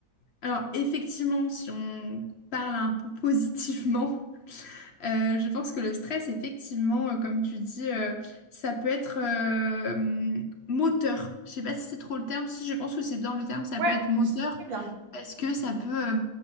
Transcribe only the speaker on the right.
Ouais,
c'est très bien.